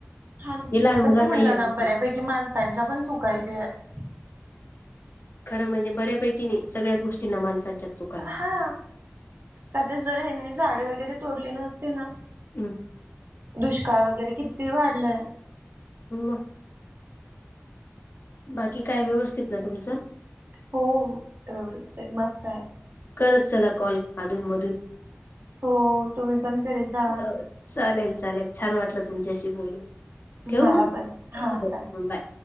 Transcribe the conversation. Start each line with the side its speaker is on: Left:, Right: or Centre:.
Right: हा
Left: हे लहान
Right: तसं
Left: मुलांना
Right: म्हणलं
Left: या
Right: ना
Left: गोष्टी
Right: बऱ्यापैकी माणसांच्या पण सुकाय देत.
Left: खरं म्हणजे बऱ्यापैकी नाही सगळ्याच गोष्टींना माणसांच्या चुका आहेत.
Right: हा का ते जर हनी झाड वगैरे तोडली नअसते ना.
Left: हं,
Right: दुष्काळ वगैरे किती वाढलंय.
Left: ह्. बाकी काय व्यवस्थित ना तुमचं.
Right: हो व्यस्थ मस्त आहे.
Left: करत चला कॉल अधून-मधून.
Right: हो तुम्ही पण करेत जा.
Left: अ चालेल चालेल छान वाटलं तुमच्याशी बोलून ठेव
Right: मला
Left: मग
Right: पण हा
Left: हो
Right: चालेल
Left: बाय.